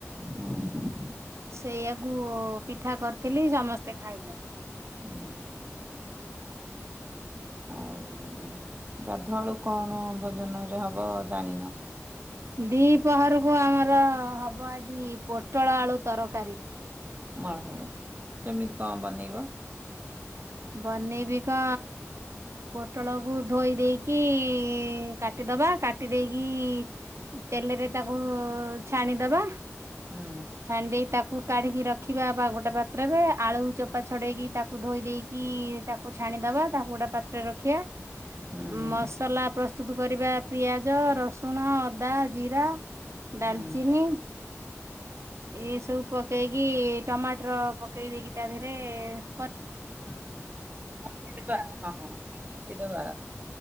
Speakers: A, on the right (about 35°); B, on the right (about 60°).
A: ହୁଁଉଁ।
B: ସେଇଆାକୁ ପିଠା କରିଥିଲି ସମସ୍ତେ ଖାଇଲେ।
A: ହୁଁ। ଆଉ ଗାଧୁଆ ବଳକୁ କଣ ଭୋଜନରେ ହବ ଜାଣିନ।
B: ଦିପହରକୁ ଆମର ହବ ଆଜି ପୋଟଳ ଆଳୁ ତରକାରୀ।
A: ଓହୋ, କେମିତି କଣ ବନେଇବ?
B: ବନେଇବି କ ପୋଟଳକୁୁ ଧୋଇ ଦେଇକି କାଟି କାଟିଦବା କାଟି ଦେଇେକି ତେଲରେ ତାକୁ ଛାଣିଦବା।
A: ହୁଁ
B: ଛାଣି ଦେଇ ତାକୁ କାଢ଼ିକି ରଖିବା ବା ଗୋଟେ ପାତ୍ରରେ ଆଳୁ ଚୋପା ଛଡ଼େଇକି ତାକୁ ଧୋଇ ଦେଇକି ତାକୁ ଛାଣିଦବା ତାକୁ ଗୋଟେ ପାତ୍ରରେ ରଖିବା ମସ୍
A: ହୁଁ।
B: ମସଲା ପ୍ରସ୍ତୁତ କରିବା ପିଆଜ, ରସୁଣ, ଅଦା, ଜିରା। ଡାଲଚିନି
A: ହୁଁହୁଁ।
B: ଏ ସବୁ ପକେଇକି ଟମାଟର ପକେଇ ଦେଇକି ତା ଦେହରେ କରି
A: <unintelligible>